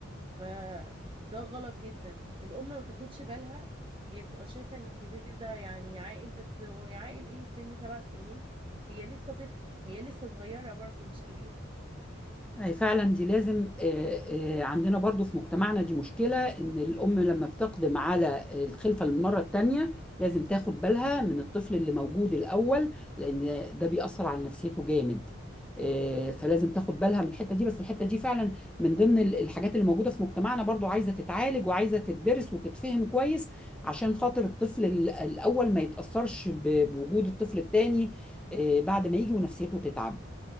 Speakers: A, on the right; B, in the centre.
A: فده غلط جدا الام ما بتاخدش بالها هي بتبقى شايفه ان الكبير ده يعني عاقل بس هو عاقل ايه سن سبع سنين هي لسه طفل هي لسه صغيره برضه مش كبيره
B: أي فعلا دي لازم آه، آه، عندنا برضو في مجتمعنا دي مشكلة إن الأم لما بتقدم على الخلفة للمرة التانية لازم تاخد بالها من الطفل اللي موجود الأول لأن ده بيأثر على نفسيته جامد آه، فلازم تاخد بالها من الحتة دي بس الحتة دي فعلا من ضمن ال- الحاجات اللي موجودة في مجتمعنا برضو عايزة تتعالج وعايزة تدرس وتتفهم كويس عشان خاطر الطفل ال- الأول ما يتأثرش ب- بوجود الطفل التاني آه، بعد ما يجي ونفسيته تتعب